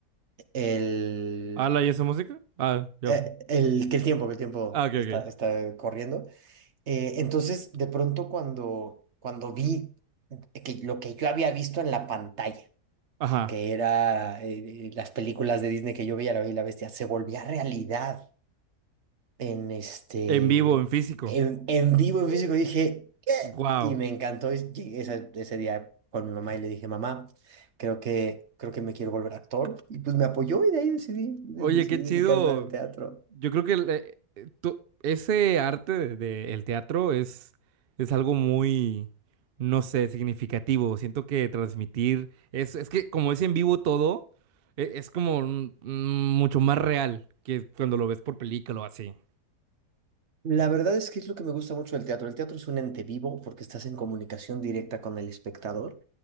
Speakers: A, on the right (about 45°); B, on the right (about 70°).
A: el,
B: ¿Ala y esa música? Ah, ya
A: eh,
B: fue.
A: el, que el tiempo, que el tiempo
B: Ah, ok,
A: está,
B: ok.
A: está corriendo. Eh, entonces, de pronto cuando, cuando vi que lo que yo había visto en la pantalla,
B: Ajá.
A: que era eh, las películas de Disney que yo veía, La Bella y la Bestia, se volvía realidad. en este,
B: En vivo, en físico.
A: en, en vivo, en físico, dije, ¿qué?
B: Wow.
A: Y me encantó. y llegué ese, ese día con mi mamá y le dije, mamá, creo que, creo que me quiero volver actor. Y pues me apoyó y de ahí decidí, de-
B: Oye,
A: decidí
B: qué chido.
A: dedicarme al teatro.
B: Yo creo que el, eh, eh, to- ese arte de- de el teatro es, es algo muy, no sé, significativo. Siento que transmitir, es, es que como es en vivo todo, e- es, como mm, mm, mucho más real que cuando lo ves por película o así.
A: La verdad es que es lo que me gusta mucho del teatro. El teatro es un ente vivo porque estás en comunicación directa con el espectador